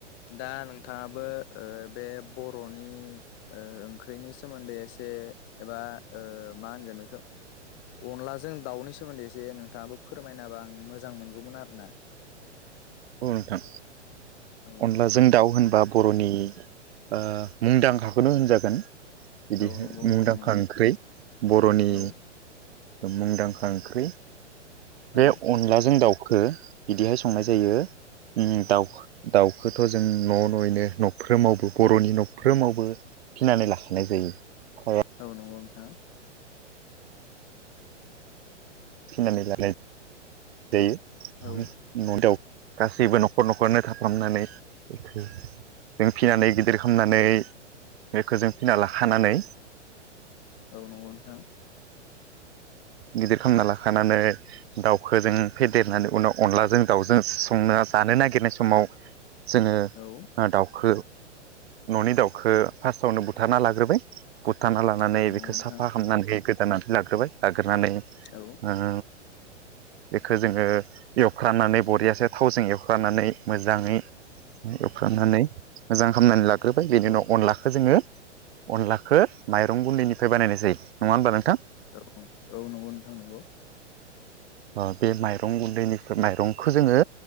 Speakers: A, on the left; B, on the right.
A: दा नोंथाङाबो बे बर'नि ओंख्रिनि सोमोन्दै एसे एबा मा होनगोन बेखौ अनलाजों दाउनि सोमोन्दै एसे नोंथाङाबो फोरमायना होबा आं मोजां मोनगौमोन आरोना <inaudible>
B: औ नोंथां
A: औ
B: अनलाजों दाउ होनबा बर'नि ओ मुंदांखाखौनो होनजागोन बिदिहाय
A: औ नंगौ
B: मुंदांखा
A: नोंथां नंगौ
B: ओंख्रि बर'नि
A: औ
B: मुंदांखा ओंख्रि बे
A: औ
B: अनलाजों दाउ खो बिदिहाय संनाय जायो उम दाउ दाउखौथ' जों न' न'यैनो न'फ्रोमावबो बर'नि न'फ्रोमावबो फिनानै लाखानाय जायो
A: नंगो नोंथां
B: फिनानै लानाय जायो
A: औ
B: न'नि दाउ गासैबो न'खर न'खरनो थाफ्रामनानै जों फिनानै गिदिर खालामनानै बेखौ जों फिना लाखानानै
A: औ नंगौ नोंथां
B: गेदेर खां नाला खानानै दाउखौजों फेदेरनानै उनाव अनलाजों दाउजों संना जानो नागिरनाय समाव जोङो
A: औ
B: दाउखो न'नि दाउखौ फार्स्टआवनो बुथारना लाग्रोबाय बुथाना लानानै
A: औ नंगौ
B: बेखौ
A: नोंथां
B: साफा खालामामनानै गोदानानै लाग्रोबाय लाग्रोनानै
A: औ
B: अह बेखौ जोङो एवफ्रानानै बरियासे थावजों एवफ्रानानै मोजाङै एवफ्रानानै मोजां खालामनानै लाग्रोबाय बेनि
A: औ
B: उनाव अनलाखौ जोङो अनलाखौ माइरं गुन्दैनिफ्राय बानायनाय जायो नङा होमबा नोंथां।
A: औ औ नंगौ नोंथां नंगौ
B: अ बे माइरं गुन्दैनि माइरंखौ जोङो